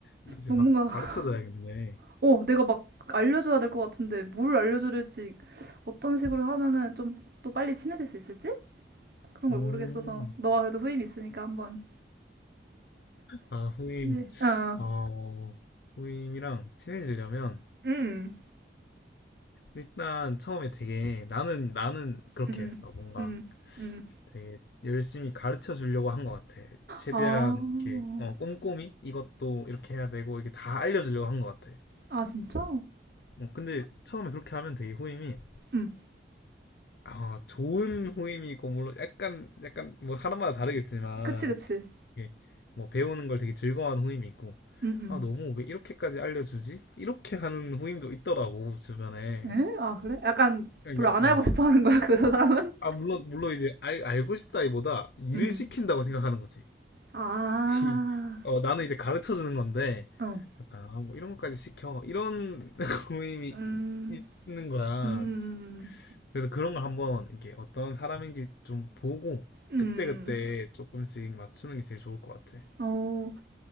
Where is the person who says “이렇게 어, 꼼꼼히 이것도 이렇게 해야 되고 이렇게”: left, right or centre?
Left